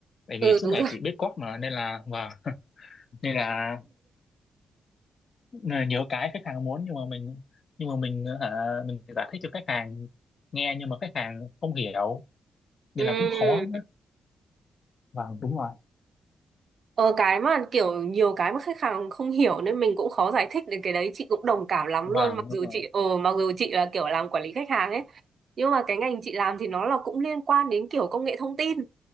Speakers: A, on the left; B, on the right.
A: tại
B: ừ
A: vì suốt
B: đúng
A: ngày
B: rồi
A: chỉ biết code mà nên là và nên là, nên là nhiều cái khách hàng muốn nhưng mà mình nhưng mà mình hả mình giải thích cho khách hàng nghe nhưng mà khách hàng không hiểu nên
B: Ừ.
A: là cũng khó vâng đúng rồi
B: Ờ, cái mà kiểu nhiều cái mà khách hàng không hiểu nên mình cũng khó giải thích đến cái đấy chị cũng đồng cảm lắm
A: vâng
B: luôn mặc dù
A: đúng rồi
B: chị ờ mặc dù chị là kiểu làm quản lý khách hàng ấy nhưng mà cái ngành chị làm thì nó là cũng liên quan đến kiểu công nghệ thông tin